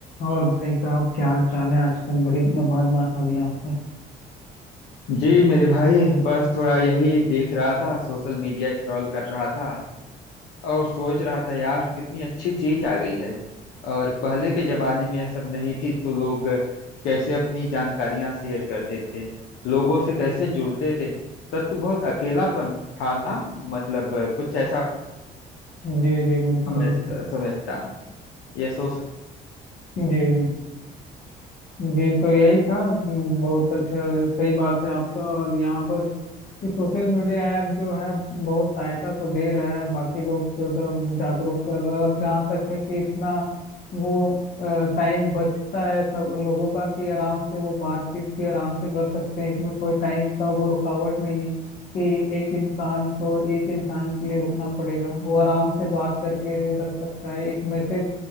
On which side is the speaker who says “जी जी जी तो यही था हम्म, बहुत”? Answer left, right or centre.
Left